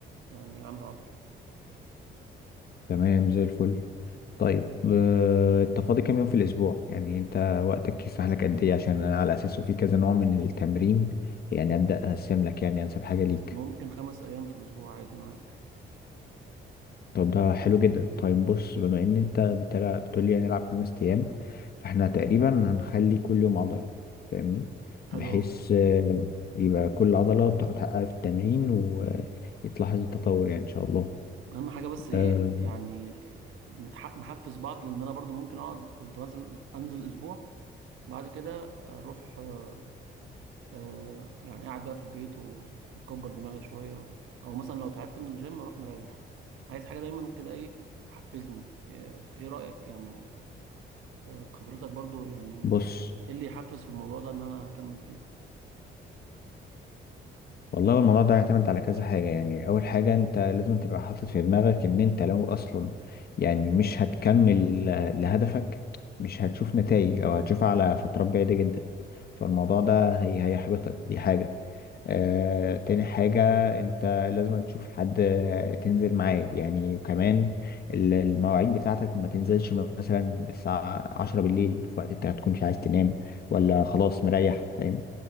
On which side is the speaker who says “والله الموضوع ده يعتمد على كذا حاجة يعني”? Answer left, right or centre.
Left